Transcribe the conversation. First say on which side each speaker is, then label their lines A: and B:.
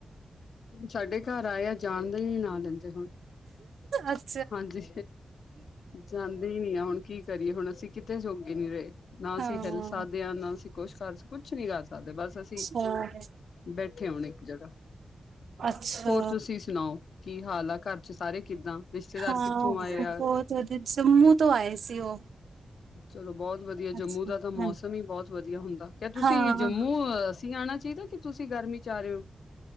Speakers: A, on the left; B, on the right.
A: ਸਾਡੇ ਘਰ ਆਏ ਆ ਜਾਣਦੇ ਹੀ ਨਾ ਲੈਂਦੇ ਹੁਣ
B: ਅੱ
A: ਹਾਂਜੀ ਜਾਂਦੇ ਹੀ ਨਹੀਂ ਆ ਹੁਣ ਕੀ ਕਰੀਏ ਹੁਣ ਅਸੀਂ ਕਿਤੇ ਜੌਗੇ ਨੀ ਰਹੇ ਨਾ ਅਸੀਂ
B: ਹਾਂ
A: ਹਿੱਲ ਸਕਦੇ ਹਾਂ ਨਾ ਅਸੀਂ ਕੁਛ ਕਰ ਕੁਛ ਨੀ ਕਰ ਸਕਦੇ ਬਸ ਅਸੀਂ
B: ਹਾਂ
A: ਬੈਠੇ ਹੁਣੇ ਇੱਕ ਜਗ੍ਹਾ
B: ਅੱਛਾ
A: ਹੋਰ ਤੁਸੀਂ ਸੁਣਾਓ ਕਿ ਹਾਲ ਆ ਘਰ ਚ ਸਾਰੇ ਕਿੱਦਾਂ ਰਿਸ਼ਤੇਦਾਰ
B: ਹਾਂ
A: ਕਿੱਥੋਂ ਆਏ ਆ
B: ਬਹੁਤ ਜੰਮੂ ਤੋਂ ਆਏ ਸੀ ਉਹ
A: ਚਲੋ ਬਹੁਤ ਵਧੀਆ ਜੰਮੂ
B: ਅੱਛਾ
A: ਦਾ ਤਾਂ ਮੌਸਮ
B: ਹਾਂ
A: ਹੀ ਬਹੁਤ ਵਧੀਆ ਹੁੰਦਾ ਕ ਤੁਸੀਂ
B: ਹਾਂ,
A: ਜੰਮੂ ਅਸੀਂ ਆਉਣਾ ਚਾਹੀਦਾ ਕੀ ਤੁਸੀਂ ਗਰਮੀ ਚ ਆ ਰਹੇ ਹੋ